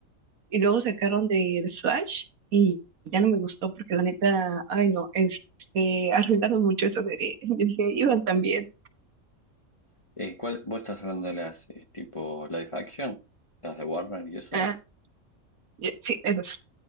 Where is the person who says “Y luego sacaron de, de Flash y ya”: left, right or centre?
Right